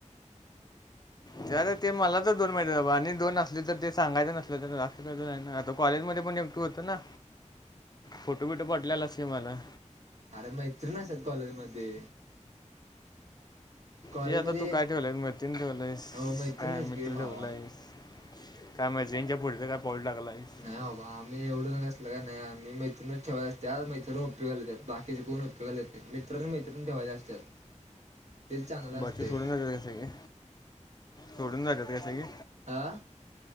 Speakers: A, on the left; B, on the right.
A: च्यायाला ते मला तर दोन माहितीय बा आणि दोन असली तर ते सांगायचं नसल तर अस कायतर हाय ना? आता कॉलेजमध्ये पण एकट होती ना? फोटो बिटो पाठवल्यालास की मला.
B: आर मैत्रीण असत्यात कॉलेजमध्ये. कॉलेजमध्ये
A: ते आता तू काय ठेवलाइस मैत्रिण ठेवलाइस,
B: हो मैत्रीणच
A: काय मित्र
B: की भावा.
A: ठेवलाइस? काय मैत्रीणच्या पुढचं काय? पाऊल टाकला आहेस
B: नाही आबा आम्ही एवढं असल काय नाही. नाही आम्ही मैत्रिणच ठेवायच असत्यात. मैत्रीण उपयोगाला येतात. बाकीचे कोण उपयोगाला येत नाहीत मित्र आणि मैत्रीण ठेवायची असत्यात. <inaudible> चांगलं
A: बाकी
B: असतंय
A: सोडून <unintelligible> सगळे? सोडून जातात काय सगळी?
B: आ